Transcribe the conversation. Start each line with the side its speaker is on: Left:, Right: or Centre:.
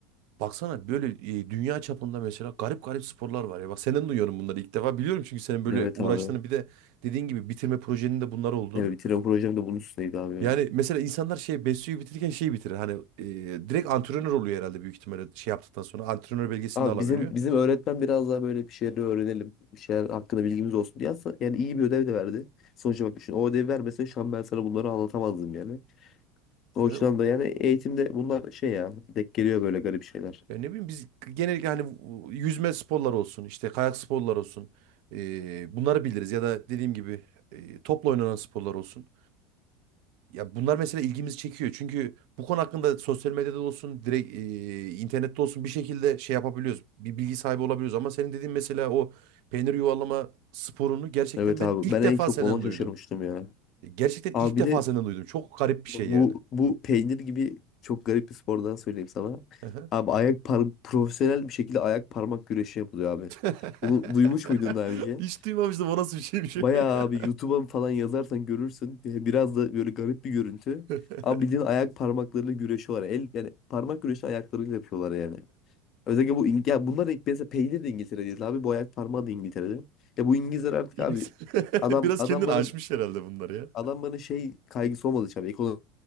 Right: Baksana böyle e, dünya çapında mesela garip garip sporlar var ya. Bak senden duyuyorum bunları ilk defa. Biliyorum çünkü senin böyle
Left: Evet
Right: uğraştığını
Left: abi.
Right: bir de dediğin gibi bitirme projenin de bunlar olduğunu.
Left: Evet bitiren projem de bunun üstüneydi abi
Right: Yani
Left: ya.
Right: mesela insanlar şey Besyo'yu bitirirken şeyi bitirir. Hani e, direkt antrenör oluyor herhalde büyük ihtimalle şey yaptıktan sonra antrenör belgesini
Left: Abi
Right: de alabiliyor.
Left: bizim bizim öğretmen biraz daha böyle bir şeyleri öğrenelim. Bir şeyler hakkında bilgimiz olsun diye aslında yani iyi bir ödev de verdi. Sonuçta bak düşün o ödevi vermese şu an ben sana bunları anlatamazdım yani. O
Right: Ben
Left: yüzden da yani eğitimde bunlar şey ya denk geliyor böyle garip şeyler.
Right: ya ne bileyim biz genellikle hani bu yüzme sporları olsun, işte kayak sporları olsun. e, bunları biliriz ya da dediğim gibi e, topla oynanan sporlar olsun. Ya bunlar mesela ilgimizi çekiyor. Çünkü bu konu hakkında sosyal medyada olsun, direkt e, internette olsun bir şekilde şey yapabiliyoruz. Bir bilgi sahibi olabiliyoruz. Ama senin dediğin mesela o peynir yuvalama sporunu gerçekten
Left: Evet
Right: ben
Left: abi
Right: ilk
Left: ben
Right: defa
Left: en çok
Right: senden
Left: ona şaşırmıştım
Right: duydum.
Left: ya.
Right: E, Gerçekten
Left: Abi
Right: ilk
Left: bir
Right: defa
Left: de
Right: senden duydum. Çok garip bir
Left: Bu
Right: şey yani.
Left: bu peynir gibi çok garip bir spordan söyleyeyim sana.
Right: Aha.
Left: Abi ayak par profesyonel bir şekilde ayak parmak güreşi yapılıyor abi.
Right: <laughs>
Left: Bunu duymuş muydun daha önce?
Right: Hiç duymamıştım o nasıl bir şeymiş
Left: Bayağı
Right: öyle ya.
Left: abi YouTube'a falan yazarsan görürsün. Ee, Biraz da böyle garip bir görüntü.
Right: <laughs>
Left: Ama bildiğin ayak parmaklarıyla güreşiyorlar. El yani parmak güreşi ayaklarıyla yapıyorlar yani. Özellikle bu İng- ya bunlar hep mesela peynir de İngiltere'de abi bu ayak parmağı da İngiltere'de. Ya bu İngilizler artık
Right: İlginç.
Left: abi
Right: <laughs>
Left: adam
Right: Biraz
Left: adamların
Right: kendini aşmış herhalde bunları ya.
Left: adamların şey kaygısı olmadığı için abi, ekonomik